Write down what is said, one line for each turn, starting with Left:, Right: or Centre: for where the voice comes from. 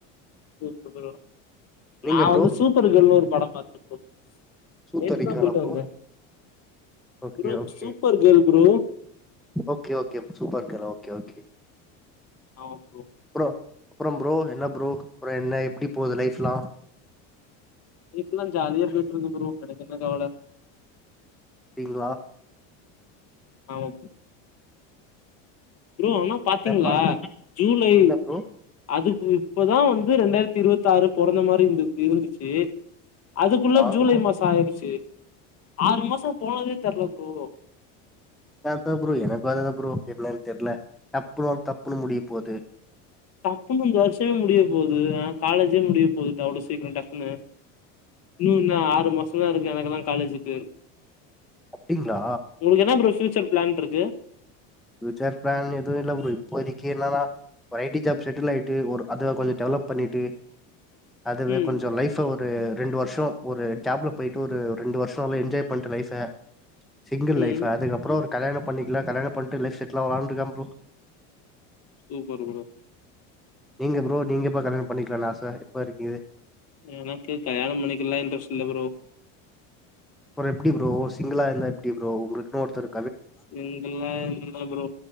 Left: சூப்பர் ப்ரோ
Centre: நீங்க
Left: நா
Centre: ப்ரோ
Left: வந்து சூப்பர் கேர்ள்னு ஒரு படம் பாத்தே ப்ரோ
Centre: சூத்தடிக்காலா
Left: நேத்து தா போய்ட்டு
Centre: ப்ரோ
Left: வந்தே
Centre: okay
Left: bro
Centre: okay
Left: super girl bro
Centre: okay okay super கேளா ஓகே ஓகே
Left: ஆமா ப்ரோ
Centre: ப்ரோ அப்றோ ப்ரோ என்ன ப்ரோ அப்றோ என்ன எப்டி போது லைஃப்ல்லா
Left: லைஃப்லா ஜாலியா போய்ட்ருக்கு ப்ரோ எனக்கு என்ன கவல
Centre: அப்டிங்ளா
Left: ஆமா ப்ரோ ஆனா பாத்தீங்களா
Centre: என்ன பண்றது
Left: ஜூலை
Centre: இல்ல ப்ரோ
Left: அது பு இப்பதா வந்து ரெண்டாயிரத்தி இருவத்தாரு பொறந்த மாரி இருந்து இருந்துச்சு அதுக்குள்ள
Centre: ஆமா
Left: ஜூலை மாசோ ஆயிருச்சு ஆறு மாசோ போனதே தெர்ல ப்ரோ
Centre: அதா ப்ரோ எனக்கு அதே தா ப்ரோ என்னன் தெர்ல டப்புன்னு வந்து டப்புன்னு முடிய போது
Left: டப்புன்னு இந்த வர்ஷமே முடிய போது ஆ காலேஜே முடிய போது அவ்ளோ சீக்ரோ டக்குன்னு இன்னு என்ன ஆறு மாசோதா இருக்கு எனக்கல்லா காலேஜுக்கு
Centre: அப்டிங்களா
Left: ஒனக்கு என்னா ப்ரோ ஃபியூச்சர் பிளான்ருக்கு
Centre: ஃபியூச்சர் பிளான் எது இல்ல ப்ரோ இப்போதக்கி என்னனா ஒரு ஐ டி ஜாப் செட்டில் ஆயிட்டு ஒரு அதுல கொஞ்சோ டெவலப் பண்ணிட்டு அதுவே
Left: ம்
Centre: கொஞ்சோ லைஃப் ஃப ஒரு ரெண்டு வர்ஷோ ஒரு ஜாப்ல போய்ட்டு ஒரு ஒரு ரெண்டு வர்ஷோ நல்லா என்ஜாய் பண்ட்டு லைஃப சிங்கிள் லைஃப
Left: ம்
Centre: அதுக்கப்றோ ஒரு கல்யாணோ பண்ணிக்லா கல்யாணோ பண்ணிட்டு லைஃப் செட்டில் ஆவலான்ருக்கே ப்ரோ
Left: சூப்பர் ப்ரோ
Centre: நீங்க ப்ரோ நீங்க எப்ப கல்யாணம் பண்ணிக்கலான் ஆச எப்போருக்கு
Left: எனக்கு கல்யாணம் பண்ணிக்கலா இன்ட்ரெஸ்ட் இல்ல ப்ரோ
Centre: அப்றோ எப்டி ப்ரோ சிங்கிளா இருந்தா எப்டி ப்ரோ உங்ளுக்குன் ஒருத்தரு
Left: சிங்கிள்னா என்ன ப்ரோ